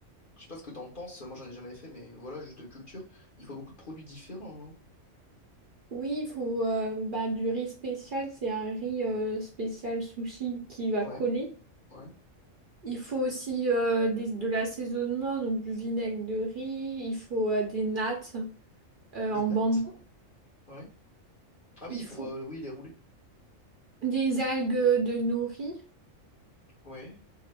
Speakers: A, on the left; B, on the right.
A: Je sais pas ce que t'en penses, moi j'en ai jamais fait, mais voilà, juste de culture. Il faut beaucoup de produits différents, non?
B: Oui, il faut euh, bah, du riz spécial, c'est un riz euh, spécial sushi qui va
A: Ouais,
B: coller.
A: ouais.
B: Il faut aussi euh, des- de l'assaisonnement, donc du vinaigre de riz, il faut euh, des nattes euh,
A: Des
B: en
A: nattes?
B: bambou,
A: Ouais. Ah oui,
B: il
A: pour
B: faut
A: euh, oui, les rouler.
B: des algues de nori
A: Ouais.